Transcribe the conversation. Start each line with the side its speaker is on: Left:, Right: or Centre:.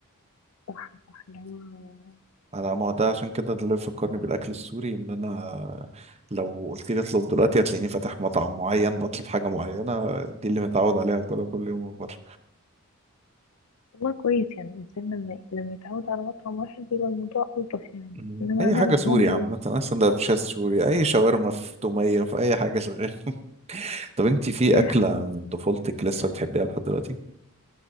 Left: صح صح اللي هو
Right: انا ما هو ده عشان كده ده اللي بيفكرني بالاكل السوري ان انا لو قلت لي اطلب دلوقتي هتلاقيني فاتح مطعم معين بطلب حاجه معينه دي اللي متعود عليها كلها كل يوم من بره
Left: والله كويس يعني الإنسان لما لما يتعود على مطعم واحد بيبقى الموضوع ألطف يعني
Right: مم.
Left: إنما
Right: اي
Left: أنا
Right: حاجه
Left: مثلا
Right: سوري عامه
Left: ولا
Right: اي سندوتشات سوري اي شاورما في توميه في اي حاجه شغال <laughs> طب انت في
Left: أي
Right: اكله
Left: حاجة
Right: من طفولتك لسه بتحبيها لحد دلوقتي